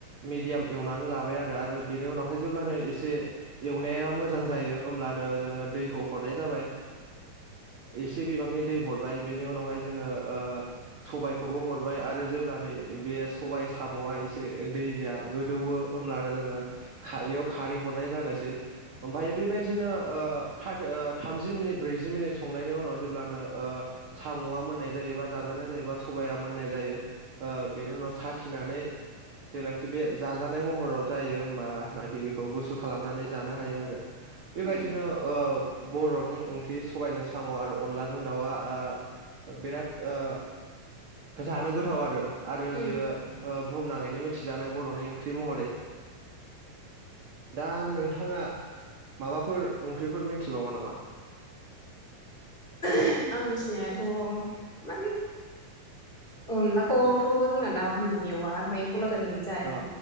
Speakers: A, on the right (about 50°); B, on the left (about 15°).
A: मिडियाम एउनानै लाबाय आरो बिनि उनावहाय जेब्लानो एसे एवनाया मोजां जायो होमब्लानो जोङो दैखौ हरनाय जाबाय एसे बिबांनि दै हरबाय बेनि उनावहाय जोङो ओ सबायखौबो हरबाय आरो जेब्लानो बे सबाय साम'आ एसे दैया गोदौवो होमब्लानो जोङो खा बेयाव खारै हरनाय जानोसै ओमफाय बेबायदिनो ओ थार ओ थामजि मिनिट ब्रैजि मिनिट संनायनि उनाव जेब्लानो ओ साम'आ मोननाय जायोबा जाजानाय जायोबा सबाइया मोननाय जायो ओ बेनि उनाव साखिनानै जेब्लाखि बे जाजानाय महराव जायो होमबाखि बेखौ गुसु खालामनानै जानो हायो आरो बेबायदिनो
B: उम
A: ओ बर'नि ओंख्रि सबायजों साम' आरो अनलाजों दाउआ ओ बिराद ओ जानो गोथाव आरो आरो
B: उम
A: बेयो ओ बुहुमनाङैन नो मिथिजानाय बर'नि ओंख्रि महरै दा नोंथाङा माबाफोर ओंख्रिफोर मोन्थि बावो नामा?
B: ओह आं मिथिनायाथ' मानि अनलाखौथ' जोंना दा मा होनो मेवा ओमफाय फौलाथा जोंबो जायो।
A: औ